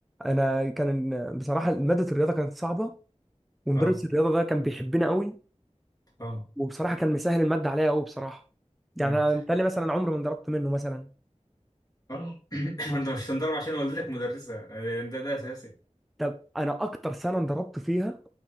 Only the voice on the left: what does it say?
اه
اه
امم
اه <coughs> <clears throat> ما أنت مش هتنضرب عشان والدتك مدرسة آه، ده ده أساسي